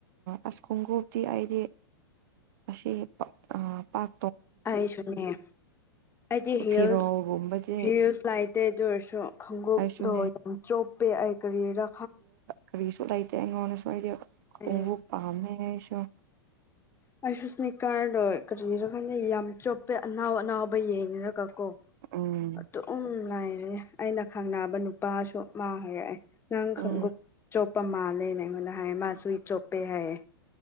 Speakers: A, on the right (about 55°); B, on the left (about 20°).
A: ꯑꯁ ꯈꯣꯡꯒꯞꯇꯤ ꯑꯩꯗꯤ ꯑꯁꯤꯥꯛ ꯑ ꯄꯛ꯫
B: ꯑꯩꯁꯨꯅꯦ ꯑꯩꯗꯤ ꯍꯤꯜꯁ
A: ꯐꯤꯔꯣꯜꯒꯨꯝꯕꯗꯤ
B: ꯍꯤꯜꯁ꯫ ꯂꯥꯏꯇꯦ ꯑꯗꯨ ꯑꯣꯏꯔꯁꯨ ꯈꯣꯡꯎꯞꯗꯣ
A: ꯑꯩꯁꯨꯅꯦ
B: ꯌꯥꯝ ꯆꯣꯞꯄꯦ ꯑꯩ ꯀꯔꯤꯔ꯫
A: ꯀꯔꯤꯁꯨ ꯂꯩꯇꯦ ꯑꯩꯉꯣꯟꯗꯁꯨ ꯍꯥꯏꯗꯤ ꯈꯣꯡꯕꯨꯨ
B: ꯑꯦ
A: ꯄꯥꯝꯃꯦ ꯑꯩꯁꯨ꯫
B: ꯑꯩꯏꯁꯨ ꯏꯁꯅꯤ ꯀꯥꯔꯗꯣ ꯀꯔꯤꯔ ꯈꯥꯟꯗ ꯌꯥꯝ ꯆꯣꯞꯄꯦ ꯑꯅꯥꯎ ꯑꯅꯥꯎꯕ ꯌꯦꯡꯉꯔꯒ ꯀꯣ꯫
A: ꯎꯝ
B: ꯑꯗꯨꯝ ꯂꯥꯏꯔꯦ ꯑꯩꯅ ꯈꯪꯅꯕ ꯅꯨꯄꯥꯁꯨ ꯃꯥ ꯍꯥꯏꯔꯛꯑꯦ꯫ ꯅꯪ ꯈꯪꯎꯞ
A: ꯎꯝ
B: ꯆꯣꯞꯄ ꯃꯥꯜꯂꯦꯅꯦ ꯑꯩꯉꯣꯟꯗ ꯍꯥꯏ ꯃꯥ ꯁꯨ ꯑꯩ ꯆꯣꯞꯄꯦ ꯍꯥꯏꯌꯦ꯫